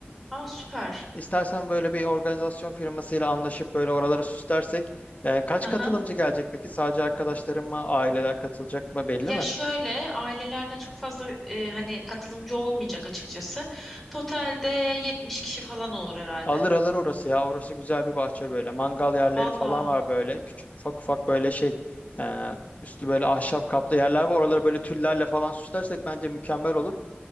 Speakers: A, in the centre; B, on the left.
A: Aa, süper.
B: İstersen böyle bir organizasyon firmasıyla anlaşıp böyle oraları süslersek. e, kaç
A: Hı hı.
B: katılımcı gelecek peki? Sadece arkadaşlarım mı, aileler katılacak mı belli
A: Ya
B: mi?
A: şöyle ailelerden çok fazla e, hani katılımcı olmayacak açıkçası. Totalde 70 kişi falan olur herhalde.
B: Alır alır orası ya. Orası güzel bir bahçe böyle. Mangal yerleri
A: Valla.
B: falan var böyle. Küçük ufak ufak böyle şey. e, üstü böyle ahşap kaplı yerler var. Oraları böyle tüllerle falan süslersek bence mükemmel olur.